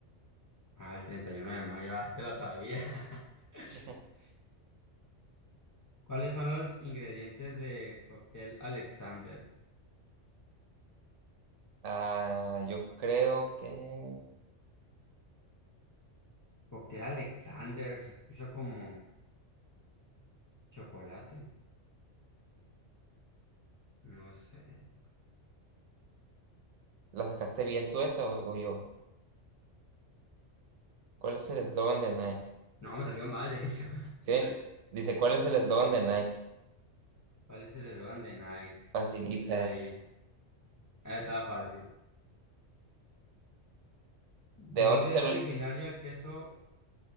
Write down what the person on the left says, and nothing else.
Ah, el 31 de mayo, ah, sí te la sabía. <laughs>
¿Cuáles son los ingredientes de cóctel Alexander?
Cóctel Alexander, se escucha como chocolate. No sé.
No, me salió mal, de hecho.
<laughs>
Sí,
¿Cuál es el eslogan de Nike?
You do
it. Ah, estaba fácil. ¿De
dónde
es
originario el queso